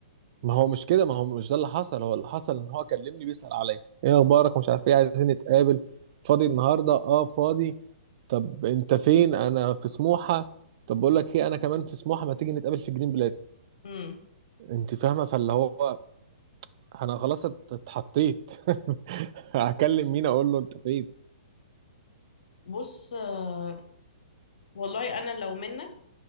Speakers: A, on the right; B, on the left.
A: ما هو مش كده ما هو مش ده اللي حصل هو اللي حصل ان هو كلمني بيسأل عليا ايه اخبارك ومش عارف ايه عايزين نتقابل فاضي النهارده اه فاضي طب انت فين انا في سموحه طب بقول لك ايه انا كمان في سموحه ما تيجي نتقابل في جرين بلازا
B: امم
A: انت فاهمه فاللي هو انا خلاص ات- اتحطيت <laughs> هكلم مين اقول له انت فين
B: بص آه، والله انا لو منك